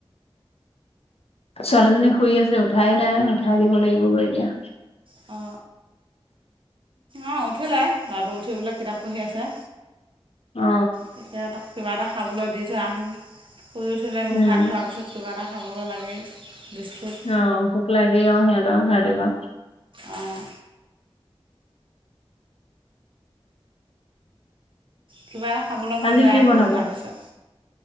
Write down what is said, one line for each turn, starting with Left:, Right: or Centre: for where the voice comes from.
Left: ছোৱালীজনী শুই আছে, উঠাই নাই উঠাই দিব লাগিব গৈ এতিয়া।
Right: অ, অ' উঠিলে ল'ৰাটো উঠি পেলাই কিতাপ পঢ়ি আছে।
Left: অ।
Right: তাকে তাক কিবা এটা খাবলৈ দি থৈ আহোঁ, শুই উঠিলে মুখ
Left: উম
Right: হাত ধোৱাৰ পিছত কিবা এটা খাবলৈ লাগেই। বিস্কুট
Left: অ, ভোক লাগে অ' সিহঁতৰ সিহঁতি বা <unintelligible>
Right: অঁ কিবা এটা খাবলৈ মন
Left: আজি
Right: যায়
Left: কি বনাব
Right: শুই উঠাৰ পিছত